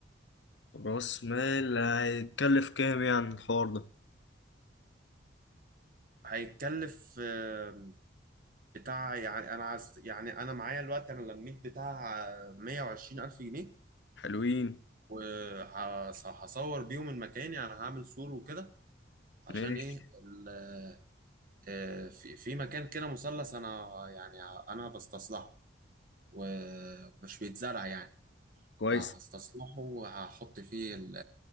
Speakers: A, on the left; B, on the right.
A: راس مال هيتكلف كام يعني الحوار ده
B: هيتكلف آه، بتاع يعني انا عايز يعني انا معايا الوقت انا لميت بتاع 120 الف جنيه
A: حلوين
B: وهصور بيهم المكان يعني هعمل سور وكده عشان
A: ماشي
B: ايه ال- آه، في في مكان كده مثلث انا يعني انا بستصلحه ومش بيتزرع يعني
A: كويس
B: فهستصلحه وهحط فيه ال